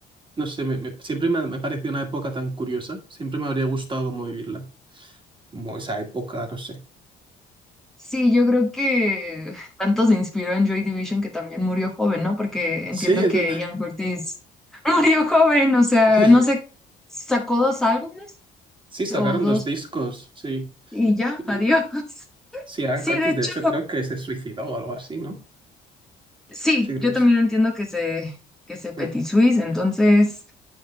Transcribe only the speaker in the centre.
Sí, yo creo que tanto se inspiró en Joy Division que también murió joven, ¿no? Porque entiendo
que
Ian Curtis <laughs> murió joven, o sea,
no sé, sacó dos álbumes
o dos
y ya,
adiós. <laughs>
Sí,
de hecho,
sí,
yo
también
entiendo que se, que se Petit
Suisse, entonces